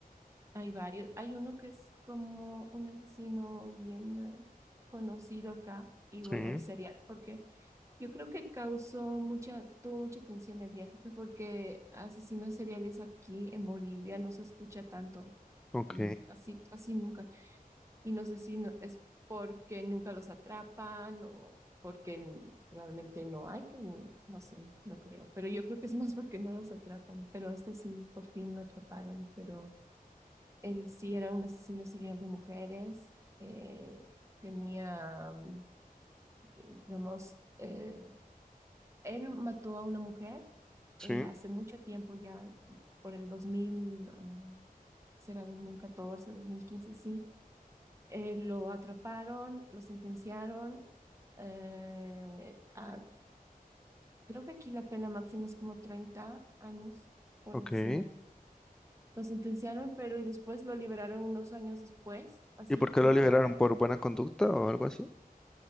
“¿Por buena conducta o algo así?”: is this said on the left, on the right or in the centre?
Centre